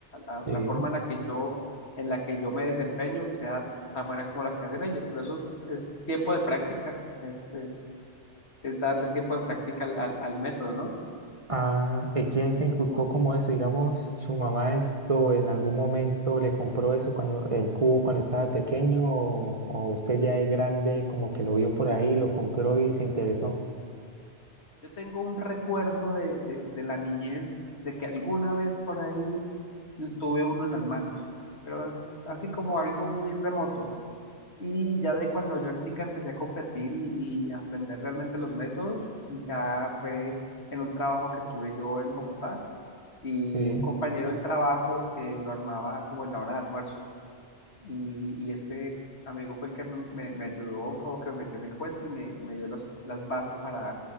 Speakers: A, on the left (about 70°); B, on the right (about 35°).
A: la,
B: Sí.
A: la forma en la que yo, en la que yo me desempeño, sea tan buena como la que hacen ellos. Por eso es tiempo de práctica, es, es- es darle tiempo de práctica al, al- al método, ¿no?
B: Ah, ¿y quién te inculcó como eso? Digamos, su mamá esto en algún momento le compró eso cuando el cubo cuando estaba pequeño o, o usted ya de grande como que lo vio por ahí, lo compró y se interesó.
A: Yo tengo un recuerdo de, de, de la niñez, de que alguna vez por ahí tuve uno en las manos, pero así como algo muy remoto. Y ya de cuando yo ahorita empecé a competir y, y a aprender realmente los métodos, ya fue en un trabajo que tuve yo en Bogotá. y
B: Sí.
A: un compañero del trabajo eh, lo armaba como en la hora de almuerzo. Y, y este amigo fue el que me, me- me ayudó, como que me metió en el cuento y me, me dio los- las bases para